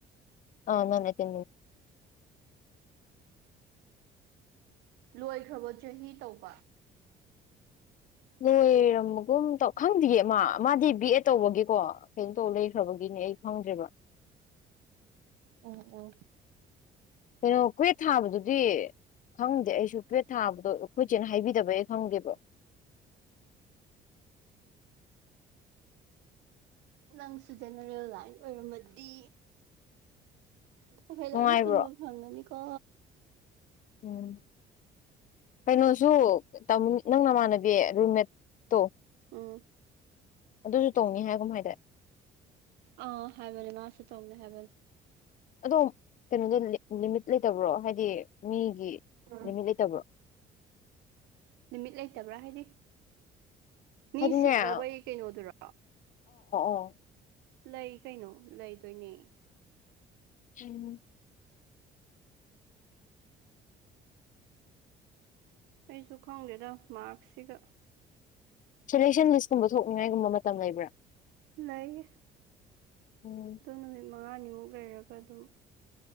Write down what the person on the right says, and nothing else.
ꯂꯣꯏꯈ꯭ꯔꯕꯣ ꯆꯍꯤ ꯇꯧꯕ
ꯑꯣ ꯑꯣ
ꯅꯪꯁꯨ ꯖꯦꯅꯔꯦꯜꯂꯥꯏꯁ ꯑꯣꯏꯔꯝꯃꯗꯤ ꯑꯩꯈꯩ ꯂꯣꯏꯅ
ꯄꯨꯟꯕ ꯐꯪꯒꯅꯤꯀꯣ
ꯎꯝ
ꯑ ꯍꯥꯏꯕ ꯂꯩ ꯃꯥꯁꯦ ꯇꯣꯡꯅꯦ ꯍꯥꯏꯕ
ꯎꯝ
ꯅꯨꯃꯤꯠ ꯂꯩꯇꯕ꯭ꯔꯥ ꯍꯥꯏꯔꯤ ꯃꯤ
ꯁꯤꯠ
ꯂꯧꯕꯩ ꯀꯩꯅꯣꯗꯨꯔꯣ
ꯂꯩ ꯀꯩꯅꯣ ꯂꯩꯗꯣꯏꯅꯦ
ꯑꯩꯁꯨ ꯈꯪꯗꯦꯗ ꯃꯥꯔꯛꯁꯤꯒ
ꯂꯩꯥꯏ
ꯗꯣꯅ ꯃꯉꯥꯅꯤꯃꯨꯛ ꯂꯩꯔꯒ ꯑꯗꯨꯝ